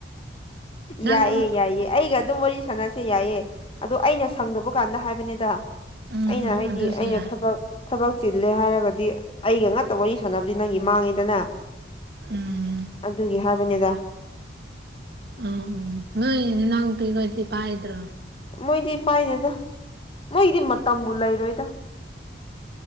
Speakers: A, on the right (about 60°); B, on the left (about 30°).
A: ꯅꯪ
B: ꯌꯥꯏꯑꯦ ꯌꯥꯏꯌꯦꯑꯦ ꯑꯩꯒ ꯑꯗꯨꯝ ꯋꯥꯔꯤ ꯁꯥꯟꯅꯁꯦ ꯌꯥꯏꯌꯦ ꯑꯗꯣ ꯑꯩꯅ ꯁꯪꯗꯕ ꯀꯥꯟꯗ ꯍꯥꯏꯕꯅꯤꯗ
A: ꯎꯝ ꯎꯝ
B: ꯑꯩꯅ ꯍꯥꯏꯗꯤ
A: ꯑꯗꯨꯁꯨ ꯌꯥꯏ
B: ꯑꯩꯅ ꯊꯕꯛ ꯊꯕꯛ ꯆꯤꯜꯂꯦ ꯍꯥꯏꯔꯒꯗꯤ ꯑꯩꯒ ꯉꯥꯛꯇ ꯋꯥꯔꯤ ꯁꯥꯟꯅꯕꯗꯤ ꯅꯪꯒꯤ ꯃꯥꯡꯉꯤꯗꯅ
A: ꯎꯝ
B: ꯑꯗꯨꯒꯤ ꯍꯥꯏꯕꯅꯤꯗ
A: ꯎ ꯅꯣꯏ ꯅꯥꯎꯄꯤ ꯈꯣꯏꯗꯤ ꯄꯥꯏꯗ꯭ꯔꯣ
B: ꯃꯣꯏꯗꯤ ꯄꯥꯏꯗꯦꯗ ꯃꯣꯏꯗꯤ ꯃꯇꯝꯕꯨ ꯂꯩꯔꯣꯏꯗ